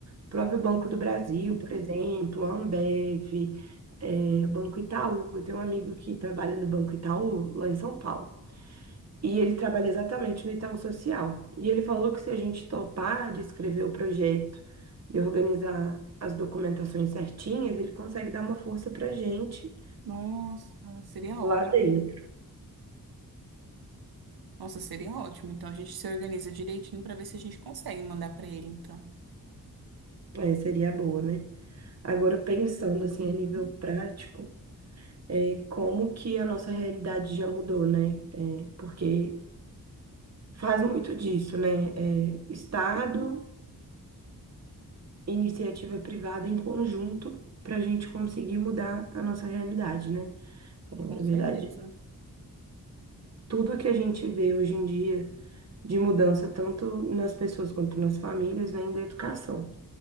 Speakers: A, on the right; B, on the right.
A: O próprio Banco do Brasil,
B: Uhum.
A: por exemplo, a Ambev, é, Banco Itaú. Eu tenho um amigo que trabalha no Banco Itaú, lá em São Paulo. E ele trabalha exatamente no Itaú Social. E ele falou que se a gente topar de escrever o projeto e organizar as documentações certinhas, ele consegue dar uma força pra gente
B: Nossa, seria
A: lá
B: ótimo,
A: dentro.
B: Nossa, seria ótimo. Então a gente se organiza direitinho para ver se a gente consegue mandar para ele, então.
A: É, seria boa, né? Agora, pensando assim
B: Uhum,
A: a nível prático, é, como que a nossa realidade já mudou, né? É, porque faz muito disso, né? É, Estado, iniciativa privada em conjunto para a gente conseguir mudar a nossa realidade, né? É, Na
B: com
A: verdade,
B: certeza.
A: tudo que a gente vê hoje em dia de mudança, tanto nas pessoas quanto nas famílias, vem da educação.